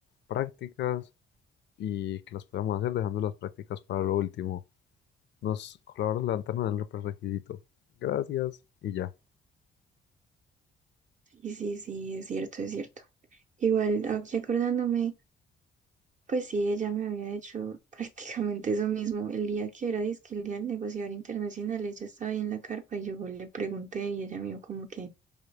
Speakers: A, on the left; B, on the right.
A: prácticas y que las podamos hacer dejando las prácticas para lo último. Nos colaboras levantarnos el prerequisito. Gracias y ya.
B: sí, sí, sí, es cierto, es cierto. Igual, aquí acordándome, pues sí, ella me había hecho <laughs> prácticamente eso mismo. El día que era, dizque el día del negociador internacional, ella estaba ahí en la carpa y yo le pregunté y ella me dijo como que,